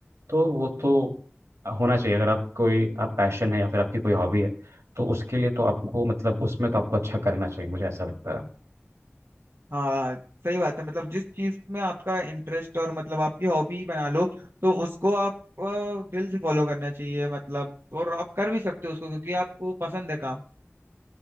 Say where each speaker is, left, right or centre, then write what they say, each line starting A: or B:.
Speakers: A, on the right (about 80°); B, on the right (about 60°).
A: तो वो तो होना चाहिए अगर आप कोई आप पैशन है या फिर आपकी कोई हॉबी है तो उसके लिए तो आपको मतलब उसमें तो आपको अच्छा करना चाहिए मुझे ऐसा लगता है
B: हाँ सही बात है मतलब जिस चीज में आपका इंटरेस्ट और मतलब आपकी हॉबी बना लो तो उसको आप अ, दिल से फॉलो करना चाहिए मतलब और आप कर भी सकते हो उसको क्योंकि आपको पसंद है काम